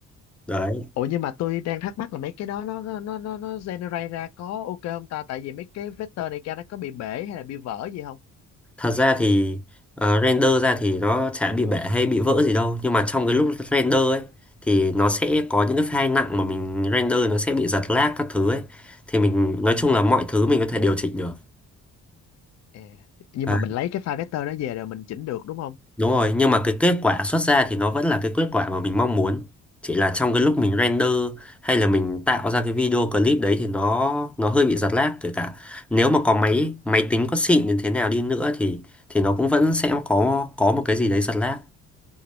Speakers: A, in the centre; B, on the left.
A: Đấy.
B: Ủa nhưng mà tôi đang thắc mắc là mấy cái đó nó nó nó nó generate ra có ok không ta? Tại vì mấy cái vector này ra nó có bị bể hay là bị vỡ gì không?
A: thật ra thì ờ, render ra thì nó chả bị bể hay bị vỡ gì đâu nhưng mà trong cái lúc render ấy thì nó sẽ có những cái file nặng mà mình render nó sẽ bị giật lag các thứ ấy thì mình nói chung là mọi thứ mình có thể điều chỉnh được
B: À, nhưng
A: à,
B: mà mình lấy cái file vector đó về rồi mình chỉnh được đúng không?
A: đúng rồi nhưng mà cái kết quả xuất ra thì nó vẫn là cái kết quả mà mình mong muốn chỉ là trong cái lúc mình render hay là mình tạo ra cái video clip đấy thì nó nó hơi bị giật lag kể cả nếu mà có máy máy tính có xịn đến thế nào đi nữa thì thì nó cũng vẫn sẽ có có một cái gì đấy giật lag